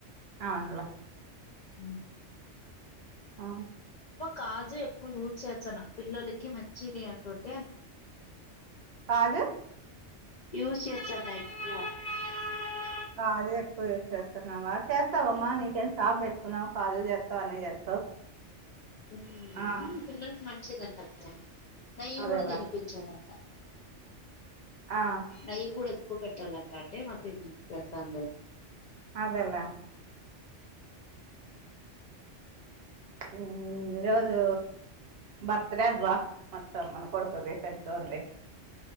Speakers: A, on the right (about 60°); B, on the left (about 60°).
A: అవును లే
B: అ
A: ఆ
B: కాజు ఎక్కువ యూజ్ చేయొచ్చన పిల్లలకి మంచిది అంటుంటే
A: కాజు
B: యూ చేస <unintelligible>
A: కాజు ఎక్కువ యూజ్ చేస్తున్నావా చేస్తావమ్మా నీకేం షాప్ పెట్టుకున్నావు కాజు చేస్తావు అన్నీ చేస్తావు
B: ఉం
A: ఆ
B: పిల్లలకి మంచిది అంట అక్క నెయ్యి
A: అదేలే
B: కూడా తినిపించాలంట
A: ఆ
B: నయ్యి కూడా ఎక్కువ పెట్టాలంట అంటే మాకు పెడతామ్ లే
A: అదెలే ఉం ఈ రోజు బర్త్ డే అబ్బా మొత్తం మన కొడుకుది పెద్దో నిధి